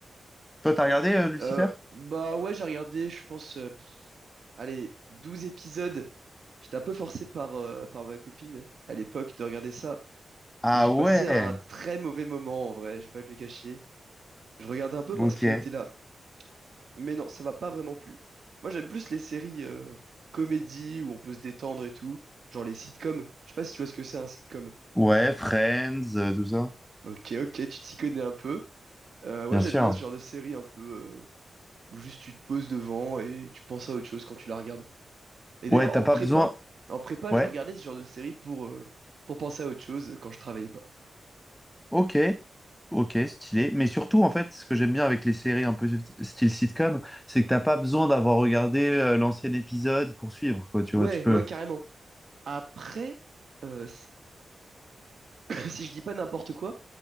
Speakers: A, in the centre; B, on the right.
A: Toi, t'as regardé euh, Lucifer?
B: Euh, bah ouais, j'ai regardé, je pense, euh, pff, allez, 12 épisodes. J'étais un peu forcé par, euh, par ma copine à l'époque de regarder ça.
A: Ah
B: Et j'ai passé
A: ouais,
B: un très mauvais moment en vrai, je vais pas te le cacher. Je regardais un peu parce
A: ok.
B: qu'elle était là. Mais non, ça m'a pas vraiment plu. Moi, j'aime plus les séries euh, comédies où on peut se détendre et tout, genre les sitcoms. Je sais pas si tu vois ce que c'est un sitcom.
A: Ouais, Friends, euh, tout ça.
B: Ok, ok, tu t'y connais un peu. Euh, ouais,
A: Bien
B: j'aime
A: sûr.
B: bien ce genre de série un peu euh, où juste tu te poses devant et tu penses à autre chose quand tu la regardes. Et
A: Ouais,
B: d'ailleurs,
A: t'as
B: en
A: pas
B: prépa,
A: besoin...
B: en prépa,
A: Ouais.
B: je regardais ce genre de série pour, euh, pour penser à autre chose quand je travaillais pas.
A: Ok, ok, stylé. Mais surtout, en fait, ce que j'aime bien avec les séries un peu style sitcom, c'est que t'as pas besoin d'avoir regardé euh, l'ancien épisode pour suivre, quoi. Tu
B: Ouais,
A: vois, tu peux.
B: ouais, carrément. Après, euh, <laughs> si je dis pas n'importe quoi,